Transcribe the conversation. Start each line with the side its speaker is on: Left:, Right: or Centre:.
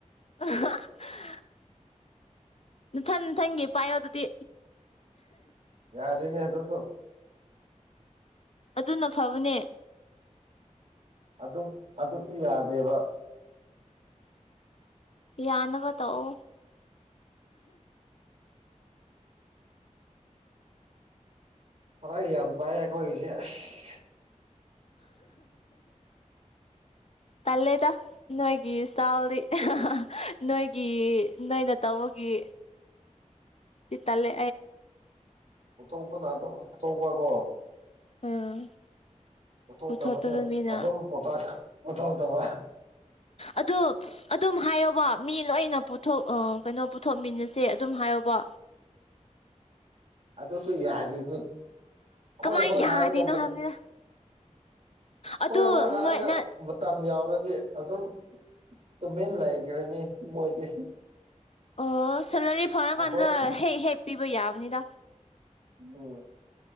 Left: <unintelligible> ꯅꯊꯟ ꯅꯊꯟꯒꯤ ꯄꯥꯏꯌꫭ ꯑꯗꯨꯗꯤ
Right: ꯌꯥꯗꯅꯦ ꯑꯗꯨꯁꯨ
Left: ꯑꯗꯨꯅ ꯐꯕꯅꯦ
Right: ꯑꯗꯨ ꯑꯗꯨꯁꯨ ꯌꯥꯗꯦꯕ
Left: ꯑ ꯌꯥꯅꯕ ꯇꯧꯑꯣ
Right: ꯐꯔꯥ ꯌꯥꯝ ꯇꯥꯏ ꯑꯩꯈꯣꯏꯒꯤꯁꯦ ꯑꯁ
Left: ꯇꯂꯦꯗ ꯅꯣꯏꯒꯤ ꯏꯁꯇꯥꯥꯎꯜꯂꯤ ꯅꯣꯏꯒꯤ ꯅꯣꯏꯅ ꯇꯧꯕꯒꯤ ꯏꯠꯇꯂꯦ
Right: ꯎꯊꯣꯛꯄꯅ ꯑꯗꯨꯝ ꯄꯨꯊꯣꯛꯄꯀꯣ
Left: ꯎꯝ
Right: ꯄꯨꯊꯣꯛꯇꯕꯅꯦ
Left: ꯄꯨꯊꯣꯛꯇꯕ ꯃꯤꯅ
Right: ꯑꯗꯨꯝ ꯄꯣꯊꯣꯛꯇꯕ
Left: ꯑꯗꯨꯗꯣ ꯑꯗꯨꯝ ꯍꯥꯏꯌꯣꯕ ꯃꯤ ꯂꯣꯏꯅ ꯄꯨꯊꯣꯛ ꯑ ꯀꯩꯅꯣ ꯄꯨꯊꯣꯛꯃꯤꯟꯅꯁꯦ ꯑꯗꯨꯝ ꯍꯥꯏꯌꯣꯕ
Right: ꯑꯗꯨꯁꯨ ꯌꯥꯔꯤꯅꯤ
Left: ꯀꯃꯥꯏꯅ
Right: ꯍꯣꯏ ꯍꯣꯏ
Left: ꯌꯥꯗꯣꯏꯅꯣ
Right: ꯍꯥꯏꯔꯒ
Left: ꯍꯥꯏꯕꯅꯤꯅ ꯑꯗꯨ
Right: ꯍꯣꯏ ꯍꯣꯏ ꯍꯥꯏꯔꯒ
Left: ꯃꯣꯏꯅ
Right: ꯃꯇꯝ ꯌꯥꯎꯔꯗꯤ ꯑꯗꯨꯝ ꯇꯨꯃꯤꯟ ꯂꯩꯈ꯭ꯔꯅꯤ ꯃꯣꯏꯗꯤ
Left: ꯑꯣ ꯁꯦꯂꯔꯤ ꯐꯥꯔꯀꯥꯟꯗ
Right: ꯑꯩꯈꯣꯏ
Left: ꯍꯦꯛ ꯍꯦꯛ ꯄꯤꯕ ꯌꯥꯕꯅꯤꯗ
Right: ꯎꯝ